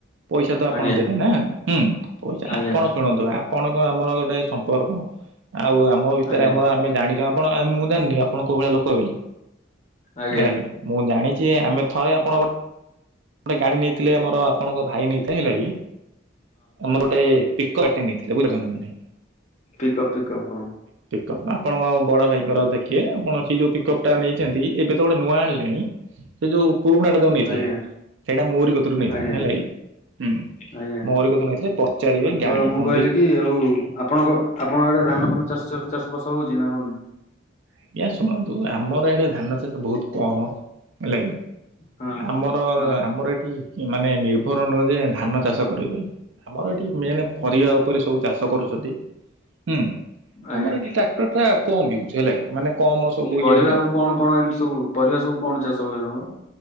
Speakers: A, on the right (about 80°); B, on the left (about 35°).
A: ପଇସା ତ ଆପଣ
B: ଆଜ୍ଞା
A: ଦେବେ ନା ହୁଁ ପଇସା
B: ଆଜ୍ଞା
A: ଆପଣ ଶୁଣନ୍ତୁ ଆ ପଣଙ୍କ ଆମର ଗୋଟେ ସମ୍ପର୍କ ଆଉ ଆମ ଭିତରେ
B: ଆଜ୍ଞା।
A: ଆମର ଆମେ ଜାଣିଚ ଆପଣ। ମୁଁ ଜାଣିନି ଆପଣ କୋଉ ଭଳିଆ ଲୋକ ବୋଲି
B: ଆଜ୍ଞା
A: ହେଲା କିି ମୁଁ ଜାଣିଚି ଆମେ। ଥରେ ଆପଣ ଗୋଟେ ଗାଡ଼ି ନେଇଥିଲେ ଆମର ଆପଣଙ୍କ ଭାଇ ନେଇଥିଲେ ହେଲା କି। ଆମର ଗୋଟେ ପିକ ଗାଡ଼ିଟେ ନେଇଥିଲେ ବୁଝିପାରୁଛନ୍ତି ନା ନାଇଁ।
B: ପିକଅପ୍ ପିକଅପ୍ ହଁ।
A: କପ୍ ଆପଣଙ୍କ ବଡ ଭାଇଙ୍କର ଦେଖିବେ ଆପଣ ସେ ଯୋଉ ପିକଅପ୍ ଟା ନେଇଛନ୍ତି ଏବେ ତ ଗୋଟେ ନୂଆ ଆଣିଲେଣି। ସେ ଯୋଉ ପୁରୁଣାଟା ଯୋଉ ନେଇଥିଲେ
B: ଆଜ୍ଞା
A: ସେଇଟା ମୋରି କତିରୁୁ ନେଇଥିଲେ
B: ଆଜ୍ଞା
A: ହେଲା କି ହୁଁ।
B: ଆଜ୍ଞା
A: ମୋରି କତୁରୁ ନେଇଥିଲେ ପଚାରିବେ
B: ହଁ ତ
A: ଗାଡି
B: ମୁଁ
A: କଣ୍ଡିସନ
B: କହିଲି କି ଆଉ ଆପଣଙ୍କ ଆପଣଙ୍କ ଆଡେ ଧାନ ଫା ନ ଚାଷ ଚାଷ ବାସ ହଉଛି ନା ହଉନି?
A: ଆଜ୍ଞା ଶୁଣନ୍ତୁ ଆମର ଇଆଡେ ଧାନ ଚାଷ ବହୁତୁ କମ ହେଲା କି।
B: ହଁ
A: ଆମର
B: ହଁ
A: ଆମର ଏଠି। ମାନେ ନିର୍ଭର ନୁହ ଯେ ଧାନ ଚାଷ କରିବୁ ବୋଲି ଆମର ଏଠି ମେନ ପରିବା ଉପରେ ସବୁ ଚାଷ କରୁଛନ୍ତି ହୁଁ
B: ଆଜ୍ଞା।
A: ଆମର ଏଠି ଟ୍ରାକ୍ଟର ଟା କମ ୟୁଜ ହେଲା ମାନେ କମ ସବୁ
B: ପରିବା
A: ଇଏ ହୁଏ
B: ସବୁ କଣ କଣ ଏମିତି ସବୁ ପରିବା ସବୁ କଣ ଚାଷ ହୁଏ ତମର?